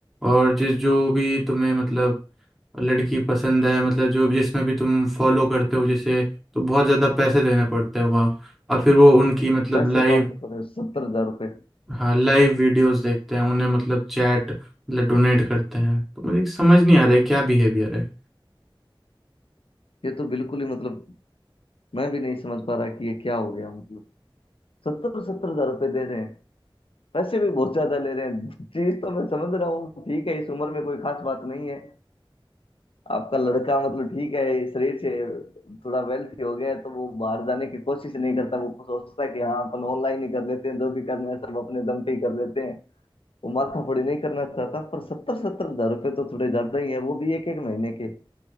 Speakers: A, in the centre; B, on the left (about 80°).
A: और जिस जो भी तुम्हें मतलब लड़की पसंद है मतलब जो भी जिसमें भी तुम फॉलो करते हो जैसे तो बहुत ज़्यादा पैसे देने पड़ते हैं वहाँ और फिर वो उनकी मतलब
B: पैसे
A: लाइव
B: तो आपके तो सत्तर हजार रुपये
A: हाँ लाइव वीडियोस देखते हैं उन्हें मतलब चैट मतलब डोनेट करते हैं तो मुझे समझ नहीं आ रहा है क्या बिहेवियर है
B: ये तो बिल्कुल ही मतलब मैं भी नहीं समझ पा रहा कि ये क्या हो गया मतलब सत्तर सत्तर हजार रुपये दे रहे हैं पैसे भी बहुत ज्यादा ले रहे हैं <laughs> चीज तो मैं समझ रहा हूँ ठीक है इस उम्र में कोई खास बात नहीं है आपका लड़का मतलब ठीक है शरीर से थोड़ा वेल्थी हो गया है तो वो बाहर जाने की कोशिश नहीं करता वो सोचता है कि हाँ अपन ऑनलाइन ही कर लेते हैं जो भी करना है सब अपने दम पे ही कर लेते हैं वो माथापड़ी नहीं करना चाहता पर सत्तर सत्तर हजार रुपये तो थोड़े ज्यादा ही है वो भी एक एक महीने के